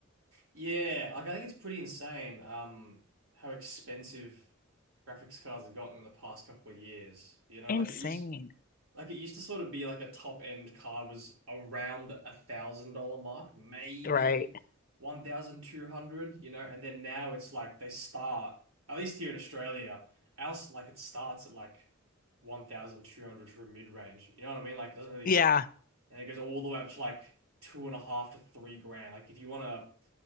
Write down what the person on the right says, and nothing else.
Yeah, like I think it's pretty insane um how expensive graphics cards have gotten in the past couple of years. You know,
like it used Like it used to sort of be like a top end card was around the a thousand dollar mark, maybe
1,200, you know, and then now it's like they start, at least here in Australia, Else, like it starts at like 1,200 for mid range. You know what I mean? Like it doesn't really,
and it goes all the way up to like two and a half to three grand. Like if you want a